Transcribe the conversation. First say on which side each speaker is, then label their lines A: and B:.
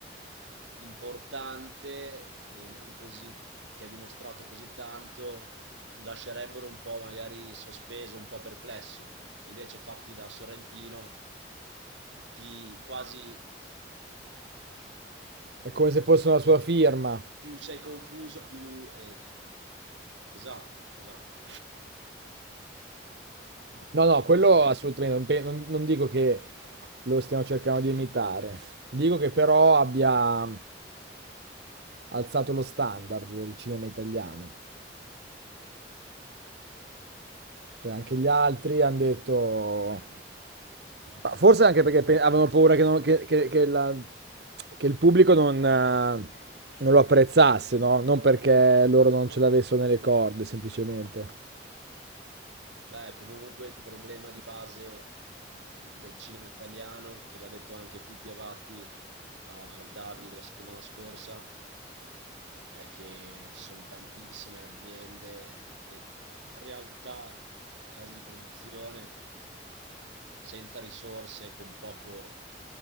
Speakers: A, on the right; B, on the right.
A: importante, eh, non così, che ha dimostrato così tanto, ti lascerebbero un po' magari sospeso, un po' perplesso. Invece fatti da Sorrentino, ti quasi
B: è come se fosse una sua firma.
A: più sei confuso, più... eh, esatto, esatto.
B: No, no, quello assolutamente, non, pe- non- non dico che lo stiamo cercando di imitare, dico che però abbia alzato lo standard del cinema italiano. Cioè, anche gli altri hanno detto... Ma forse anche perché pe- avevano paura che, non- che- che- che la- che il pubblico non, eh, non lo apprezzasse, no? Non perché loro non ce l'avessero nelle corde, semplicemente.
A: Beh, comunque il problema di base mh, del cinema italiano, che l'ha detto anche Pupi Avati al Davide la settimana scorsa, è che ci sono tantissime aziende e realtà, case di produzione senza risorse, con poco-